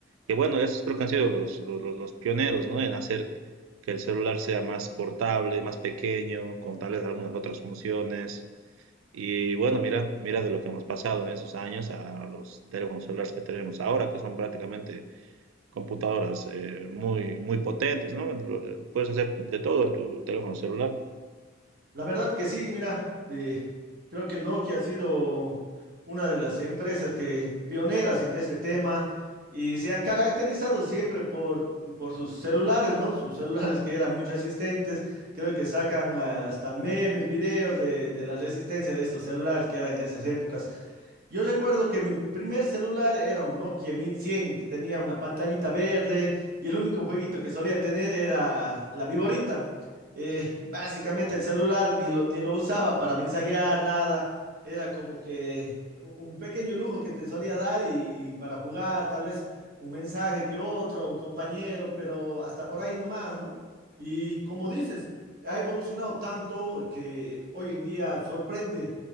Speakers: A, on the right (about 85°); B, on the right (about 50°).
A: que bueno, esos creo que han sido los, los, los pioneros ¿no? en hacer que el celular sea más portable, más pequeño, con tal vez algunas otras funciones. Y bueno, mira, mira de lo que hemos pasado en esos años a los teléfonos celulares que tenemos ahora, que son prácticamente computadoras eh, muy, muy potentes, ¿no? Lo- Puedes hacer de todo en tu teléfono celular.
B: La verdad que sí, mira, de, creo que Nokia ha sido una de las empresas que pioneras en este tema y se han caracterizado siempre por, por sus celulares, ¿no? Sus celulares que eran muy resistentes, creo que sacan ah, hasta memes, videos de, de la resistencia de estos celulares que eran en esas épocas. Yo recuerdo que mi primer celular era un Nokia 1100, que tenía una pantallita verde y el único jueguito que solía tener era la viborita. Eh, básicamente el celular ni lo, ni lo usaba para mensajear, nada. Era como que un pequeño lujo que te solía dar y, y para jugar, tal vez un mensaje que otro, a un compañero, pero hasta por ahí nomás, ¿no? Y como dices, ha evolucionado tanto que hoy en día sorprende